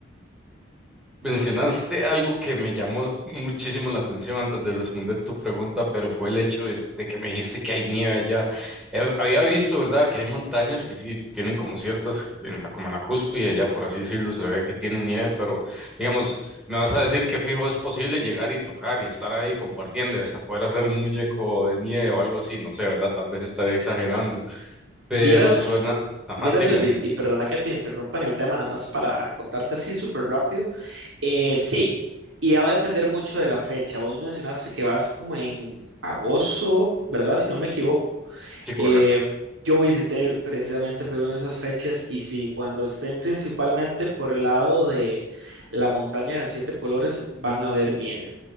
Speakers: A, in the centre; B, on the right (about 80°).
A: Mencionaste algo que me llamó muchísimo la atención antes de responder tu pregunta, pero fue el hecho de, de que me dijiste que hay nieve allá. He- había visto, ¿verdad?, que hay montañas que sí tienen como ciertas, en la- como en la cúspide, ya por así decirlo, se ve que tiene nieve, pero digamos, me vas a decir que fijo es posible llegar y tocar y estar ahí compartiendo y hasta poder hacer un muñeco de nieve o algo así, no sé, ¿verdad? Tal vez estaré exagerando, pero
B: Vieras,
A: suena. Ajá,
B: vieras,
A: dime,
B: Jordi,
A: dime.
B: y perdona que te interrumpa en el tema, nada más para contarte así súper rápido. Eh, sí, y ya va a depender mucho de la fecha. Vos mencionaste que vas como en agosto, ¿verdad? Si no me equivoco.
A: Sí, correcto.
B: Eh, yo visité precisamente Perú en esas fechas y sí, cuando estén principalmente por el lado de la montaña de siete colores van a ver nieve.